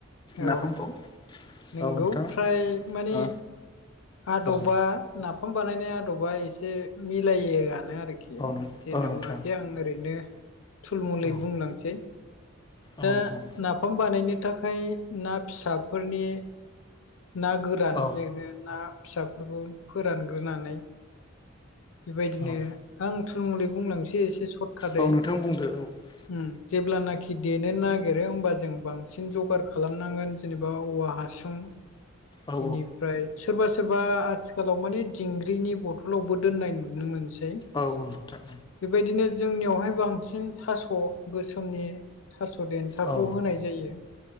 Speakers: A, on the left; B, on the left.
A: औ
B: नाफामखौ
A: नंगौ
B: औ नोंथां
A: फ्राय माने,
B: ओ
A: आदबा
B: औ
A: नाफाम बानायनाय आदबा एसे मिलायोआनो आरो, आरोखि
B: औ
A: जेनावनाखि
B: नोंथां
A: आं ओरैनो थुलमुलै
B: औ
A: बुंलांसै
B: औ
A: दा
B: नोंथां
A: नाफाम बानायनो थाखाय, ना फिसाफोरनि ना गोरान
B: औ
A: जेरो ना फिसाफोरखौ फोरानग्रोनानै बेबायदिनो
B: औ औ
A: आं थुलुं मुलै बुंलांसै एसे सर्टकाटै
B: औ नोंथां बुंदो औ
A: उम जेब्लानाखि देनो नागिरो होमबा जों बांसिन जगार खालामनांगोन जेनेबा औवा हासुं
B: औ
A: बेनिफ्राय सोरबा सोरबा आथिखालाव माने दिंग्रिनि बथलावबो दोननाय नुनो मोनसै
B: औ नोंथां।
A: बेबायदिनो जोंनियावहाय बांसिन थास' गोसोमनि थास' देन्थाखौ
B: औ
A: होनाय जायो।